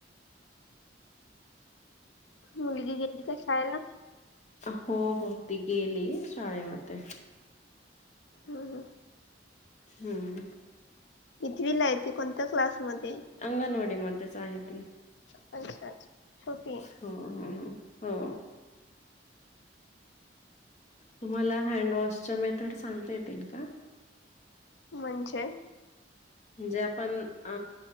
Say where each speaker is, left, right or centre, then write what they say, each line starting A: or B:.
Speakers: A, on the left; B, on the left.
A: मुलगी गेली का शाळेला
B: हो हो ती गेली शाळेमध्ये
A: हां हां
B: हम्म
A: इथवी ला येत कोणत्या क्लासमध्ये
B: अंग नोडी मध्ये साहत्री
A: अच्छा अच्छा छोट
B: हो ह हो तुम्हाला हँडवॉशच्या मेथड सांगता येतील का
A: म्हणजे
B: म्हणजे आपण अ